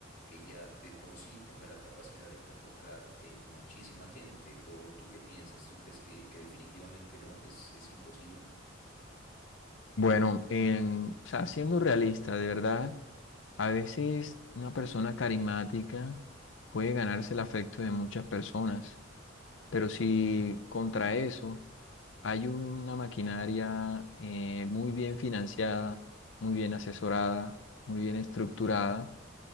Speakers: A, on the left; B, on the left.
A: que ya de por sí tenga la capacidad de convocar eh, muchísima gente. ¿O tú qué piensas? ¿Tú crees que, que definitivamente no, que es, es imposible?
B: Bueno, en- o sea, siendo realista, de verdad, a veces una persona carismática puede ganarse el afecto de muchas personas, pero si contra eso hay una maquinaria eh, muy bien financiada, muy bien asesorada, muy bien estructurada,